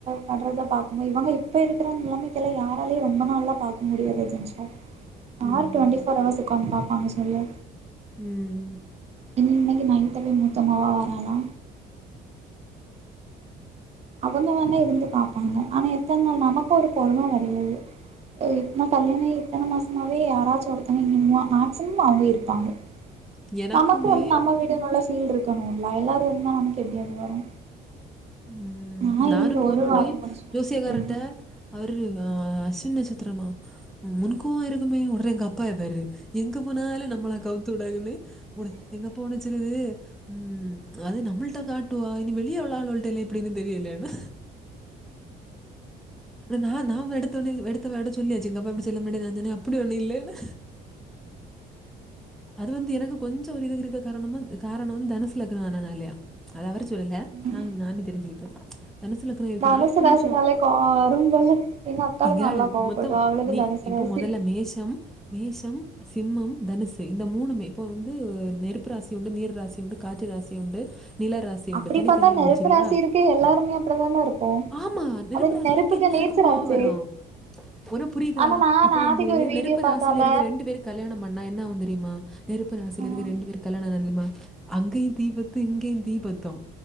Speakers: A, on the right; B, in the centre.
A: படுறத பாக்குபோ இவங்க இ இப்ப இருக்கிற நிலமைக்கெல்லா யாராலயு ரொம்ப நாள்ளா பாக்க முடியாது ஏஜென்ஸா
B: ம்.
A: ஆர்ட்ட வண்டி உக்கார <unintelligible> உக்கான் பாப்பாங் சொல்லு
B: ம்
A: இன் இன்னைக்கு நைட்டு தா மூத்த மவ வராலா அவங்க வேனா இருந்து பாப்பாங்க ஆனா எத்தன் நாள் நமக்கு ஒரு பொறும கெடையாது இப்னா கல்யாண ஆயி இத்தன மாசமாவே யாராச்சு ஒருத்தங்க இங்க மேக்ஸிமம் அவங்க இருப்பாங்க
B: எனக்குமே
A: நமக்கு வந்து நம்ம வீடுன் உள்ள ஃபீல் இருக்கணுல்ல எல்லாரு இருந்தா நமக்கு எப்படி அது வரு
B: ம்
A: நா இனி
B: நானும்
A: இந்த
B: போனொன்னே
A: ஒரு வாரோ முடிச்சு எங்க
B: ஜோசியக்கார்ட்ட
A: வீட்டுக்கு
B: அவுரு ஆ அஸ்வின் நட்சத்திரமா முன்கோவம் இருக்குமே அவுரு எங்க அப்பா இருந்தாரு எங்க போனாலு நம்மள கவுத்து உடாங்கன்னு ஒட எங்க அப் பா ஒன்னு சொல்லுது ம் அது நம்மள்ட்ட காட்டுவா இனி வெளிய உள்ள ஆளுள் ட்ட எப்படின்னு தெரியில்ல என்ன நா நாவ் எடுத்தொன்னே எடுத்தவேட சொல்லியாச்சி எங்க அப்பா இப்டி சொல்லும் முன்னாடி நா சொன்ன அப்படி ஒண்ணு இல்லன்னு அது வந்து எனக்கு கொஞ்சோ ஒரு இது இருக்க காரணமு காரணம் தனுசுலக்னம் ஆனனாலயா அது அவரு சொல்லல நான்
A: ம்
B: நானு தெரிஞ்சுகிட்டது தனசுலக்கணோ இருக்கனால
A: தனுசு
B: கொஞ்சொ
A: ராசினாலே கோவம் வரும்போல எங்க அக்காலா
B: இங்க
A: நல்லா கோவப்படுவா
B: மொத்தொம்
A: அவளுக்கு தனுசு
B: இப்போ
A: ராசி
B: மொதல்ல மேஷம் மேஷம் சிம்மம் தனுஷ் இந்த மூணுமே இப்ப வந்து நெருப்பு ராசி உண்டு நீர் ராசி உண்டு காற்று ராசி உண்டு நிலரா சி உண்டு
A: அப்டி
B: தனித்தனியா
A: பாத்தா நெருப்பு
B: உண்டு செரியா
A: ராசி இருக்கு எல்லாருமே அப்டிதான இருப்போ
B: ஆமா நெருப்பு
A: அது
B: ராசில்லரிக்
A: நெருப்புக்கு
B: கெ எல்லாருக்கு
A: நேச்சர்
B: கோவோ
A: ஆச்சே
B: வர்றோ உனக் புரியுதா
A: ஆனா நா
B: இப்ப
A: நாதிக்கு
B: வந்து
A: ஒரு வீடியோ
B: நெருப்பு
A: பாத்தால
B: ராசியில இருக்கிற ரெண்டு பேருக் கல்யாணம் பண்ணா என்னா ஆவுந் தெ ரியுமா நெருப்புராசில
A: ம்
B: இருக்க ரெண்டு பேருக்கு கல்யணம் ஆனா என்ன தெரியுமா அங்கேயு தீபத்து இங்கேயு தீபத்தோ